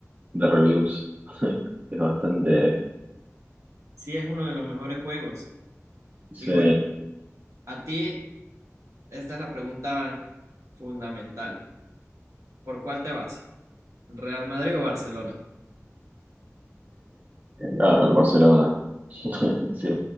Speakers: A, on the right; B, on the right.
A: de reviews. <laughs> Es bastante.
B: Sí, es uno de los mejores juegos.
A: Sí.
B: Y bueno,
A: Eh,
B: a ti Esta es la pregunta fundamental. ¿Por cuál te vas? ¿Real Madrid o Barcelona?
A: ah, el Barcelona. <laughs> Sí,